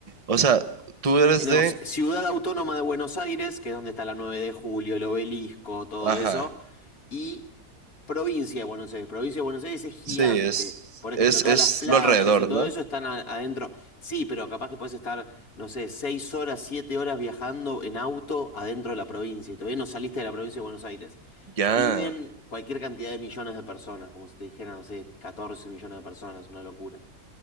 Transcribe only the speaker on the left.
Tenemos
Ciudad Autónoma de Buenos Aires, que es donde está la 9 de Julio, el obelisco, todo
eso. y provincia de Buenos Aires. Provincia de Buenos Aires es gigante.
Por ejemplo,
todas
las playas
y todo
eso están a- adentro. Sí, pero capaz que puedes estar, no sé, seis horas, siete horas viajando en auto adentro de la provincia y todavía no saliste de la provincia de Buenos Aires.
Viven cualquier cantidad de millones de personas, como si te dijera, no sé, 14 millones de personas, una locura.